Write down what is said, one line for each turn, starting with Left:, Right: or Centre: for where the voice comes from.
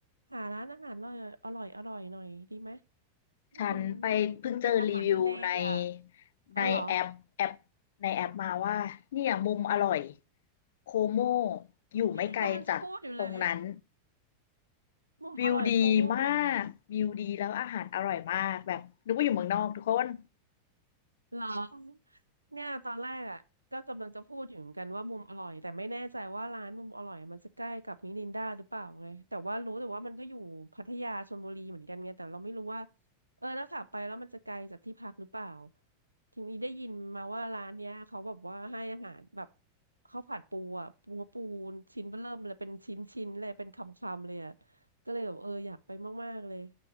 Right: หาร้านอาหารอร่อยอร่อยอร่อยหน่อยดีไหมที่มัน
Left: ฉันไปเพิ่งเจอรีวิวใน
Right: เป็นอาหารทะเลอะอ๋อเหรอ
Left: ในแอปแอปในแอปมาว่าเนี่ยมุมอร่อยโคโมอยู่ไม่ไกลจากตรงนั้น
Right: เนี่ยกำลังจะพูดอยู่เลยมุมอร่อยโคโม่เหรอ
Left: วิวดีมากวิวดีแล้วอาหารอร่อยมากแบบนึกว่าอยู่เมืองนอกทุกคน
Right: อืม เหรอเนี่ยตอนแรกอ่ะก็กำลังจะพูดอยู่เหมือนกันว่ามุมอร่อยแต่ไม่แน่ใจว่าร้านมุมอร่อยมันจะใกล้กับมินินดาหรือเปล่าไงแต่ว่ารู้แต่ว่ามันก็อยู่พัทยาชลบุรีเหมือนกันไงแต่เราไม่รู้ว่าเออแล้วขับไปแล้วมันจะไกลจากที่พักหรือเปล่าทีนี้ได้ยินมาว่าร้านเนี้ยเขาแบบว่าให้อาหารแบบข้าวผัดปูอ่ะปูปูนชิ้นเบ้อเริ่มเลยเป็นชิ้นชิ้นเลยเป็นคำคำเลยอ่ะก็เลยแบบเอออยากไปมากๆเลย